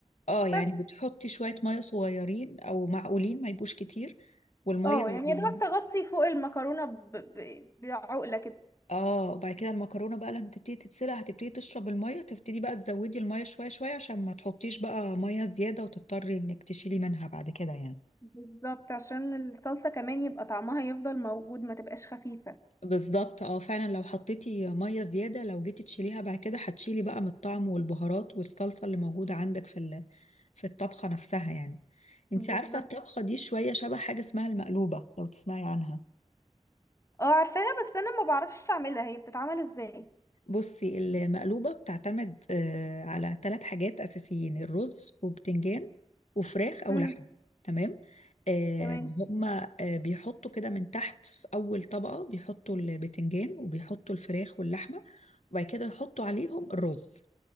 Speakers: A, on the left; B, on the left.
A: اه يعني
B: بس
A: بتحطي شويه ميه صغيرين او معقولين ما يبقوش كتير والميه
B: اه
A: اللي-
B: يعني يا دوبك تغطي فوق المكرونة ب... ب... بعقلة كده
A: اه وبعد كده المكرونه بقى لما تبتدي تتسلق هتبتدي تشرب الميه تبتدي بقى تزودي الميه شويه شويه عشان ما تحطيش بقى ميه زياده وتضطري انك تشيلي منها بعد كده يعني
B: بالظبط عشان الصلصة كمان يبقى طعمها يفضل موجود ما تبقاش خفيفة
A: بالظبط اه فعلا لو حطيتي ميه زياده لو جيتي تشيليها بعد كده هتشيلي بقى من الطعم والبهارات والصلصه اللي موجوده عندك في ال- في الطبخه نفسها يعني انت
B: بالظبط
A: عارفه الطبخه دي شويه شبه حاجه اسمها المقلوبه لو تسمعي عنها
B: اه عارفاها بس انا ما بعرفش اعملها هي بتتعمل ازاي
A: بصي المقلوبة بتعتمد آه، على ثلاث حاجات أساسيين الرز وبتنجان وفراخ أو
B: امم
A: لحم تمام آه،
B: تمام
A: هما آه، بيحطوا كده من تحت في أول طبقة بيحطوا البتنجان وبيحطوا الفراخ واللحمة وبعد كده يحطوا عليهم الرز